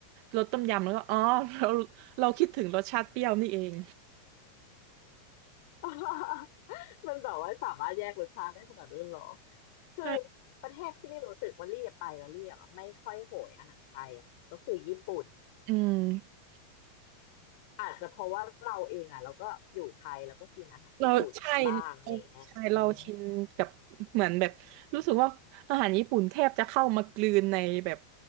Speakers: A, on the right; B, on the left.
A: รสต้มยำแล้วก็อ๋อเราเราคิดถึงรสชาติเปรี้ยวนี่เอง
B: <laughs> มันแบบว่าสามารถแยกรสชาติได้ขนาดนั้นเหรอคือ
A: ใช่
B: ประเทศที่รีรู้สึกว่ารีไปแล้วรีอะไม่ค่อยโหยอาหารไทยอ่ะก็คือญี่ปุ่น
A: อืม
B: อาจจะเพราะว่าเราเองอ่ะเราก็อยู่ไทยแล้วก็กินอาหารญี่ปุ่นบ้างอะไรอย่างเงี้ยอืม
A: เราใช่เราใช่เราชินกับเหมือนแบบรู้สึกว่าอาหารญี่ปุ่นแทบจะเข้ามากลืนในแบบ